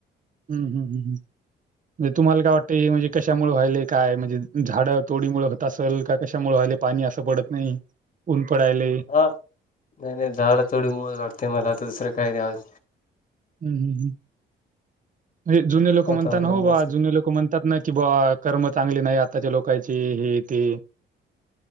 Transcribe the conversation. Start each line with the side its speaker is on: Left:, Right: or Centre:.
Right: हम् हम हम हम म्हणजे तुम्हाला काय वाटतंय म्हणजे कशामुळ व्हायलय काय म्हणजे झाड तोडीमुळ होत असल का कशामुळ व्हायलय पाणी असं पडत नाही ऊन पडालय
Left: हा नाही नाही झाडं थोडी मूळ वाटतय मला आता दुसरं काही नाही आवाज
Right: हम्म हम् ह् जुने लोक
Left: वातावरणामुळे
Right: म्हणतातना हो बा
Left: सध्या
Right: जुने लोक म्हणतात ना की बा कर्म चांगली नाही आत्ताच्या लोकांची ही ती